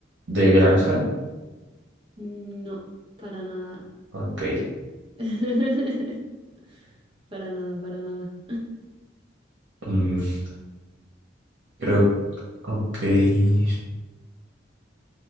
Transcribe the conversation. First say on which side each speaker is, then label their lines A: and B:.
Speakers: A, on the right; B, on the right.
A: de granja.
B: no, para nada.
A: Ok.
B: <laughs> Para nada, para nada.
A: mm, creo Ok, estoy